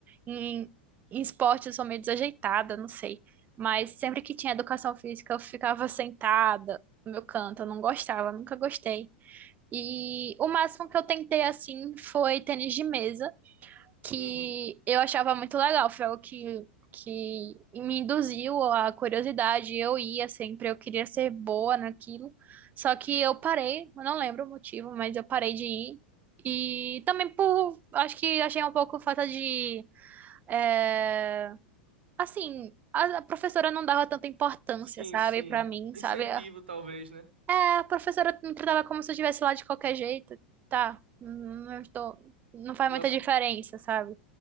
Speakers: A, on the right (about 30°); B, on the right (about 85°).
A: Em, em esporte, eu sou meio desajeitada, não sei. Mas sempre que tinha educação física, eu ficava sentada no meu canto, eu não gostava, nunca gostei. E o máximo que eu tentei assim foi tênis de mesa que
B: Uhum.
A: eu achava muito legal, foi algo que, que me induziu à curiosidade. Eu ia sempre, eu queria ser boa naquilo. Só que eu parei, eu não lembro o motivo, mas eu parei de ir. E também por, acho que achei um pouco falta de, é, assim, a a professora não dava tanta importância,
B: Sim,
A: sabe,
B: sim.
A: pra mim,
B: Incentivo,
A: sabe?
B: talvez, né?
A: É, a professora me tratava como se eu estivesse lá de qualquer jeito. Tá, não estou, não faz
B: Nossa,
A: muita diferença, sabe?